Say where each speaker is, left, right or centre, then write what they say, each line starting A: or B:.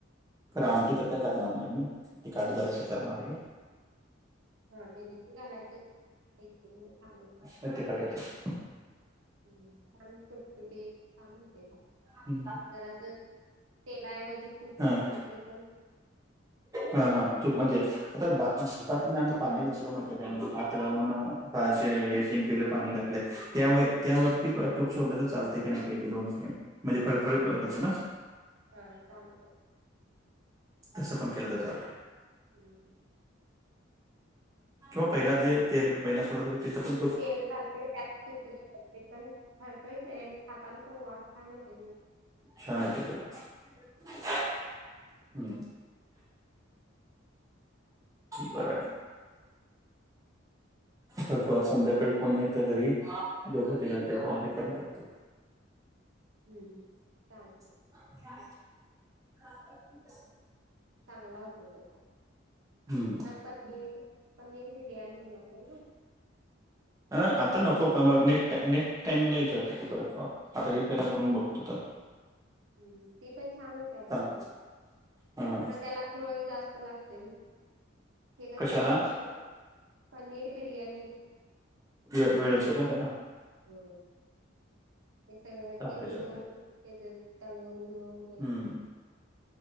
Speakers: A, on the right (about 15°); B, on the right (about 85°).
A: आमटी तरं कायं करणारं नाहीं मी तिकडं दर असं करणारं आहे
B: हां मिर्ची घालायचं खामेन
A: लंय तेिखटं होतेसं
B: हम्मं छान सुटसुटीत छान होते
A: हं.
B: जरां असं तेलांऐवजी तूंप
A: हां,
B: घातलं तरी पणं
A: हां हां तूंप म्हणजे आंता भातूंन पाणी घातलं म्हहित कां भांत घालूंन काहांयचे हे तीनं पिले पाणी घातले त्यांवरती तूंप सोडलं तरं चालते कां नाहीं दोन म्हणजे पळी करं रचणांस
B: हां चातेय
A: तसं पणं केलं तरं चालते
B: हम्मं
A: किंवा पहिला जे तेल पहिला सोडतं तिथं पणं
B: तेल घालतंय त्यां घरं पणं खरतंच नाहीं आणि खांताना पणं वांस छान येतं
A: छानतेतलां हम्मं बरं आहे फरं तो आंज संध्याकांळी कोणं नाहीं तरं घरी दोघच्यां करूंन टाकतो
B: हम्मं चालतंय
A: छ हांठी
B: चांगला होतो त्यांचा
A: हं.
B: पनीर पनीर बिर्याणी म्हनालतां नांव
A: अं आंता नको कामां ने नेक्स्ट टांइमला विचारतं तूं परंत किंवा आंता हे पहिला करूंन बघतो तरं
B: हम्मं ती पणं छान होत्यां
A: सांग.
B: बैला
A: हां,
B: खरं त्यांला ळ जास्तें लागतोय ते कसं
A: कशाला?
B: झटपट पनीर बिर्याणी
A: वं वेळचं असतो कां त्यांला
B: हम्मं हे सगळ्यां चिरवूंन
A: चालतंय, चालतंय.
B: त्यां तळूंन घेऊंन
A: हम्म,